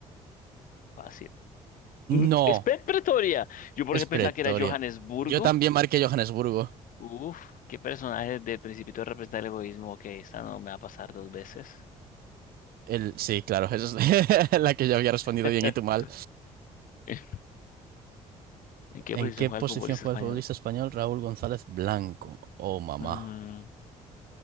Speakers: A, on the left (about 55°); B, on the right (about 65°).
A: Fácil. Mm,
B: No,
A: Es Pe- Pretoria. Yo porque
B: es Pretoria.
A: pensaba que era Johannesburgo.
B: Yo también marqué Johannesburgo.
A: Uf, qué personaje del Principito representa el egoísmo. Ok, esta no me va a pasar dos veces.
B: El, sí, claro, esa es <laughs> la que yo había respondido
A: <laughs>
B: bien y tú mal.
A: ¿En qué
B: ¿En
A: posición
B: qué
A: juega
B: posición
A: el futbolista
B: juega
A: español?
B: el futbolista español Raúl González Blanco? Oh, mamá.
A: Mm,